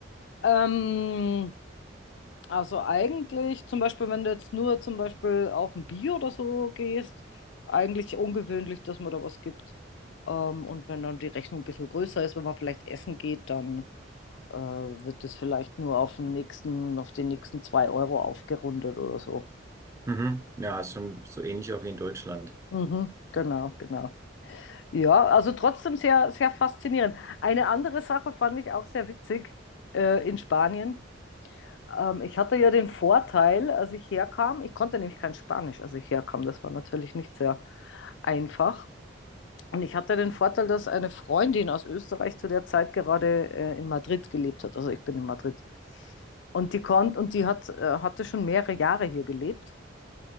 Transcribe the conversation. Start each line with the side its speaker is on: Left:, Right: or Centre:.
Left: Ähm, also eigentlich, zum Beispiel, wenn du jetzt nur zum Beispiel auf ein Bier oder so gehst, eigentlich ungewöhnlich, dass man da was gibt. Ähm, und wenn dann die Rechnung ein bisschen größer ist, wenn man vielleicht essen geht, dann äh, wird das vielleicht nur auf den nächsten, auf den nächsten zwei Euro aufgerundet oder so.
Right: Mhm. Ja, ist schon so ähnlich auch wie in Deutschland.
Left: Mhm, genau, genau. Ja, also trotzdem sehr, sehr faszinierend. Eine andere Sache fand ich auch sehr witzig äh, in Spanien. Ähm, ich hatte ja den Vorteil, als ich herkam, ich konnte nämlich kein Spanisch, als ich herkam. Das war natürlich nicht sehr einfach. Und ich hatte den Vorteil, dass eine Freundin aus Österreich zu der Zeit gerade äh, in Madrid gelebt hat. Also ich bin in Madrid. Und die konnte und die hat, äh, hatte schon mehrere Jahre hier gelebt